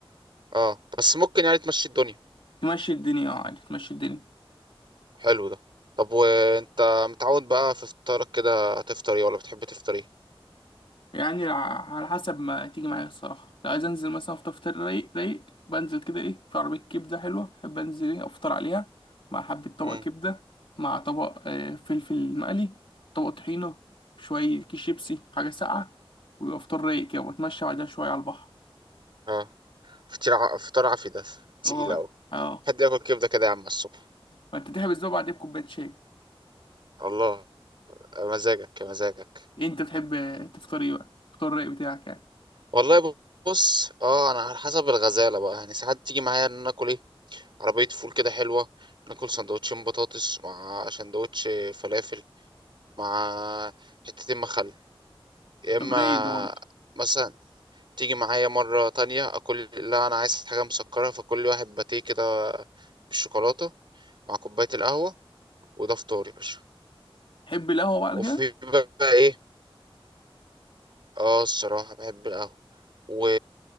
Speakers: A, on the right (about 55°); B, on the left (about 60°).
A: اه بس ممكن يعني تمشي الدنيا
B: تمشي الدنيا اه عادي تمشي الدنيا
A: حلو ده طب وانت متعود بقى في فطارك كده هتفطر ايه ولا بتحب تفطر ايه
B: يعني ع- على حسب ما تيجي معايا الصراحة لو عايز أنزل مثلا أفطر فطار رايق رايق بنزل كده إيه في عربية كبدة حلوة بحب أنزل إيه أفطر عليها مع حبة طبق
A: امم
B: كبدة مع طبق آه، فلفل مقلي طبق طحينة شوية كيس شيبسي حاجة ساقعة ويبقى فطار رايق كده وأتمشى بعدها شوية على البحر
A: اه فطير ع... فطار عافي ده تقيل
B: اه
A: اوي
B: اه
A: حد ياكل كبده كده يا عم على الصبح
B: وأنت تحب الزوبعة دي بكوباية شاي
A: الله مزاجك مزاجك
B: إيه انت بتحب تفطر ايه بقى الفطار الرايق بتاعك يعني
A: والله بص اه انا على حسب الغزاله بقى يعني ساعات تيجي معايا ان انا اكل ايه عربية فول كده حلوة ناكل سندوتشين بطاطس مع سندوتش فلافل مع حتتين مخلل يا إما
B: طب رايق ده برضه
A: مثلا تيجي معايا مرة تانية أكل لا أنا عايز حاجة مسكرة فكل واحد باتيه كده بالشوكولاتة مع كوباية القهوة وده فطاري يا باشا
B: تحب القهوه بقى على
A: وفي
B: كده
A: بقى إيه اه الصراحة بحب القهوة و...